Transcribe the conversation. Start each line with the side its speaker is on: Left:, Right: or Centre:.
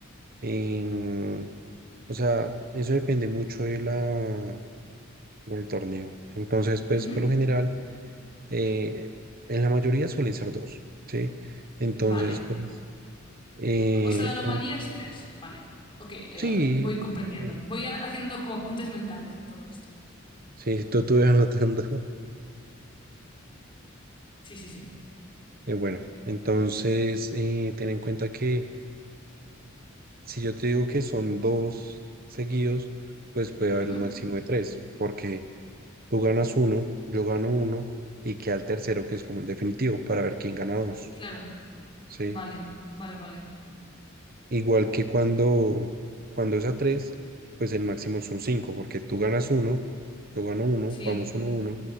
Right: em, o sea, eso depende mucho de la, del torneo. Entonces, pues
Left: Ujú.
Right: por lo general, eh, en la mayoría suelen ser dos, ¿sí? Entonces,
Left: Vale.
Right: pues, eh,
Left: O sea, la anomalía
Right: el-
Left: es tres. Vale. Ok, eh,
Right: sí,
Left: voy comprendiendo.
Right: sí,
Left: Voy a- haciendo como apuntes mentales de todo esto.
Right: sí, <laughs> tú estuve anotando. <laughs>
Left: Sí, sí, sí.
Right: Eh, bueno, entonces, eh, ten en cuenta que... Si yo te digo que son dos seguidos, pues puede haber
Left: Ujú,
Right: un máximo de tres, porque tú ganas uno, yo gano uno, y queda el tercero, que es como el definitivo, para ver quién gana dos,
Left: Claro.
Right: ¿sí?
Left: Vale, vale, vale.
Right: Igual que cuando, cuando es a tres, pues el máximo son cinco, porque tú ganas uno, yo gano uno,
Left: Sí,
Right: vamos uno, uno,